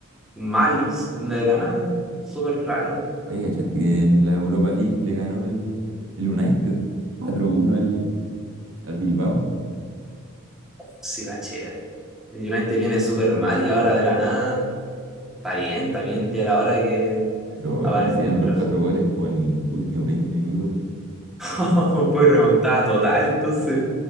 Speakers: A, in the centre; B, on the right.
A: mal, sí, de la nada. Súper raro.
B: Oye, ¿cachaste que en la Europa League le ganó el, el United cuatro uno al, al Bilbao?
A: Sí, cachera. El United viene súper mal y ahora de la nada. Está bien, está bien. Ya era hora de que
B: Pero
A: apareciera
B: hicieron los
A: el
B: cuatro
A: resultado.
B: goles como en los últimos 20 minutos.
A: <laughs> Fue remontada total, entonces.